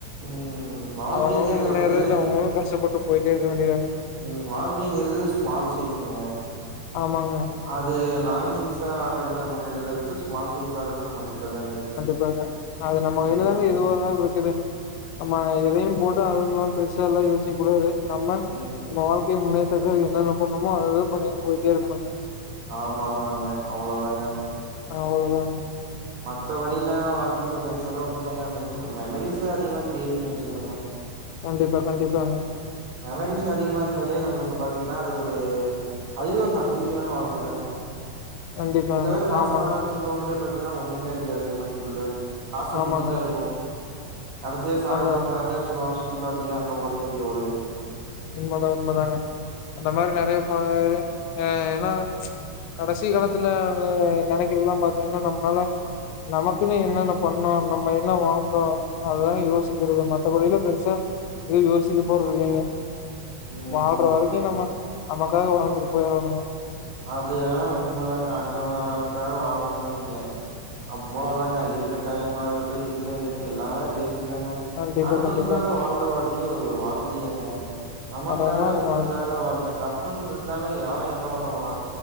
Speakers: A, on the right (about 80°); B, on the left (about 80°).
A: ம் வாழ்க்கைங்கிறது
B: அவ அவங்க முன்னேறதுக்கு
A: வந்து
B: அவங்க அவங்க கஷ்டப்பட்டு போயிட்டே இருக்க வேண்டியதாங்க
A: ம் வாழ்க்கைங்கிறது ஸ்மால் சைஸ்ங்க
B: ஆமாங்க
A: அது லாங்ச் சைஸா ஆக்குறது நம்ம கைலாதா இருக்கு ஸ்மால் சைஸ் ஆக்குறது நம்ம கைலாதாங்க இருக்கு
B: எப்பவுமே அது நம்ம
A: ம்
B: கைலாதாங்க எதுவா இருந்தாலு இருக்குது நம்ம எதையு போட்டு அதுவுமல்லாமா பெரிசாயெல்லா யோசிக்க கூடாது நம்ம
A: ம்
B: நம்ம வாழ்க்கை முன்னேற்றதுக்கு என்னென்ன பண்ணணுமோ அத அத பண்ணிட்டு போயிட்டே இருக்கணுங்க
A: ஆமா ஆமாங்க அவ்ளோதாங்க
B: அவ்ளோ தாங்க
A: மத்தபடியில வாழ்க்கையில பெருசாலாஒண்ணு இல்லங்க மெமரிஸ்ஸ அதிகமா கிரியேட் பண்ணி வச்சுக்கணுங்க
B: கண்டிப்பா கண்டிப்பாங்க
A: மெமரிஸ் அதிகமா இருந்தாலே நம்மளுக்கு பாத்தீங்கன்னா அது ஒரு அதுவே ஒரு லக்சுரியான வாழ்க்க தாங்க
B: கண்டிப்பாங்க
A: சில பேரு காசு
B: ஆமாங்க
A: பண வச்சிருப் இருக்கவங்களே பாத்தீங்கன்னா ஒண்ணுமே இருக்காது மைண்ட்கு ல்ல ஆச
B: ஆமாங்க
A: மட்டு தா இருக்கு கடைசியா சாகப்போற
B: நல்ல
A: நெலமையில சொல்லுவா சுத்தி பாக்கலையா அங்க போலேயா இங்கெபோலயானு
B: உண்மதா உண்மதாங்க அந்த மாதிரி நெறைய பேரு ஏனா கடைசி காலத்துல அவங்க நெனைக்கிறல்லா பாத்தீங்கன்னா நம்மளால நமக்குன்னு என்னென்ன பண்ணோ நம்ம என்ன வாழ்ந்தோ அததா யோசிக்கிறது மத்த படியெல்லா பெருசா யோசிக்க போரது இல்லிங்க
A: ம்
B: வாழ்ற வரைக்கு நம்ம நமக்காக வாழ்ந்துட்டு போயிரணுங்க
A: அது வேணா உண்மைதாங்க அடுத்தவனுக்காக வாழ்ந்தோம்னு வைங்க அவ்ளோதாங்க இருக்க டைமா இருக்கட்டு இருக்க இது எல்லாமே வேஸ்டு தாங்க
B: கண்டிப்பா
A: அடுத்தவனுக்காக
B: கண்டிப்பா
A: வாழ்ற வாழ்க்கைய ஒரு வாழ்க்கையாங்க நமக்காக
B: அதாங்க
A: உங்களுக்காக
B: வாழ்க்க
A: வாழுங்க தப் தப்புனு இருந்தால எவெ என்ன பண்ணுவா